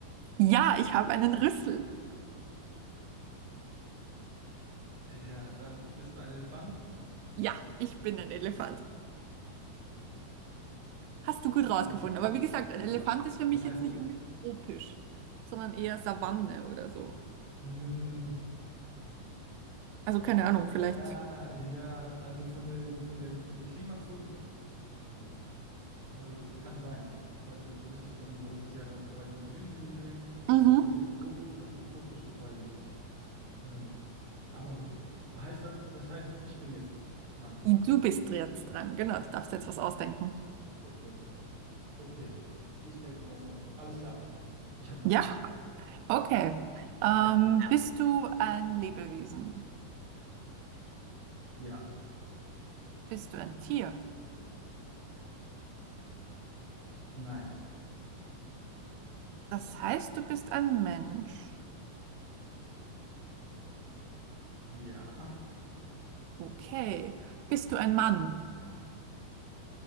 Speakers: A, on the right; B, on the right.
A: Ja, ich habe einen Rüssel.
B: Ja, dann bist du ein Elefant?
A: Ja, ich bin ein Elefant. Hast du gut rausgefunden.
B: Okay,
A: Aber wie gesagt,
B: super.
A: ein Elefant ist für mich
B: Das heißt,
A: jetzt nicht
B: ich,
A: unbedingt tropisch, sondern eher Savanne oder so.
B: Mm,
A: Also keine Ahnung, vielleicht.
B: ja, ja, also von der, von der, von den Klimazonen, sag ich. Also kann sein, weil, äh, wüsste ich jetzt auch nicht, weil das ist ja relativ weit im Süden, wo die leben.
A: Mhm.
B: Ob das jetzt tropisch oder subtropisch ist, weiß ich nicht. Ähm, aber gut. Heißt, das das heißt, ich bin jetzt dran.
A: Du bist jetzt dran. Genau, du darfst jetzt was ausdenken.
B: Okay. Okay. Ich denke mir was aus. Alles klar. Ich habe was.
A: Ja, okay. Ähm,
B: Ja.
A: bist du ein Lebewesen?
B: Ja.
A: Bist du ein Tier?
B: Nein.
A: Das heißt, du bist ein Mensch.
B: Ja.
A: Okay. Bist du ein Mann?